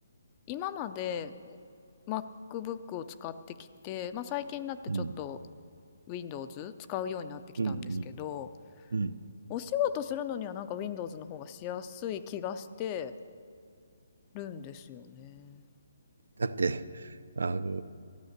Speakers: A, on the left; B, on the right.
A: 今まで MacBook を使ってきて、まあ最近になってちょっと
B: うん。
A: Windows 使うようになってきたんですけど、
B: うん。うん。うん
A: お仕事するのにはなんか Windows の方がしやすい気がしてるんですよね。
B: だってあの